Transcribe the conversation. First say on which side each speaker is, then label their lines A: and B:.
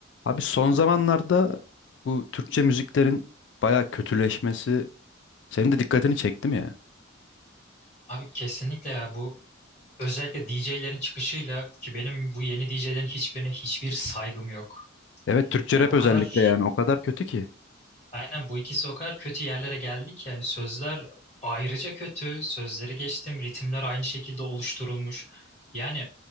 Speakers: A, on the left; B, on the left.
A: Abi son zamanlarda bu Türkçe müziklerin bayağı kötüleşmesi senin de dikkatini çekti mi ya?
B: Abi kesinlikle ya bu özellikle DJ'lerin çıkışıyla ki benim bu yeni DJ'lerin hiçbirine hiçbir saygım yok.
A: Evet Türkçe
B: Yani
A: rap
B: o
A: özellikle
B: kadar
A: yani o kadar kötü ki.
B: aynen bu ikisi o kadar kötü yerlere geldi ki yani sözler ayrıca kötü. Sözleri geçtim. Ritimler aynı şekilde oluşturulmuş. Yani